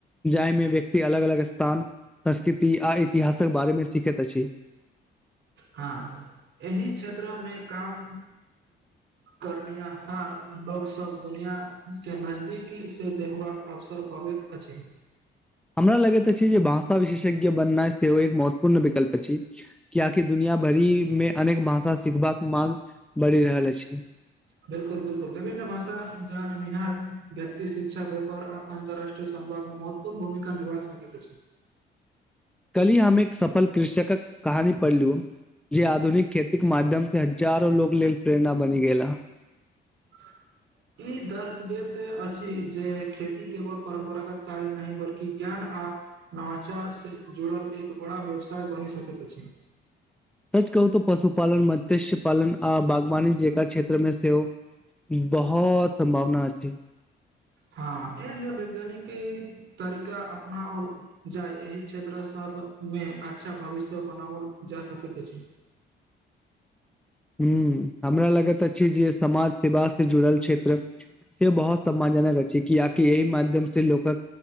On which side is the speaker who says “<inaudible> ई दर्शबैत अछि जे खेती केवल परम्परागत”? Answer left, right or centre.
Right